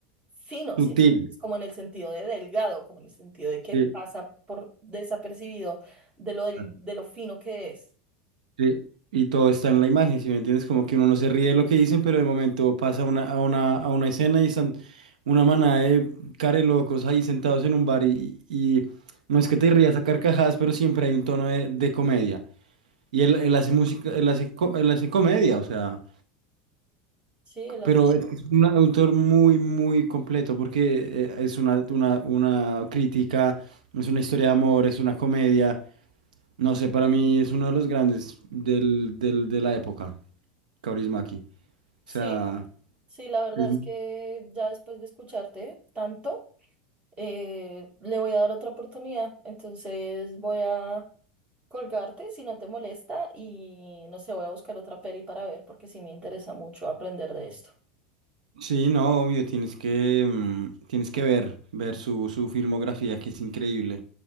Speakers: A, on the right; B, on the right.
A: fino,
B: sutil,
A: ¿sí me entiendes? como en el sentido de delgado, como en el sentido de que
B: sí,
A: pasa por desapercibido de lo, del-
B: ah,
A: de lo fino que es.
B: sí. Y todo está en la imagen, si me entiendes? Como que uno no se ríe de lo que dicen, pero de momento pasa a una, a una, a una escena y están una manada de locos ahí sentados en un bar y, y y no es que te rías a carcajadas, pero siempre hay un tono de, de comedia. Y él, él hace música, él hace, co- él hace comedia, o sea.
A: Sí, él
B: Pero
A: hace-
B: es que es un autor muy, muy completo porque eh, es una, una, una crítica, es una historia de amor, es una comedia. No sé, para mí es uno de los grandes del, del- de la época, Kaurismäki. O
A: Sí,
B: sea,
A: sí, la verdad
B: es-
A: es que ya después de escucharte tanto, eh, le voy a dar otra oportunidad. Entonces voy a colgarte si no te molesta y no sé, voy a buscar otra peli para ver porque sí me interesa mucho aprender de esto.
B: sí, no, obvio, tienes que, mm, tienes que ver, ver su, su filmografía que es increíble.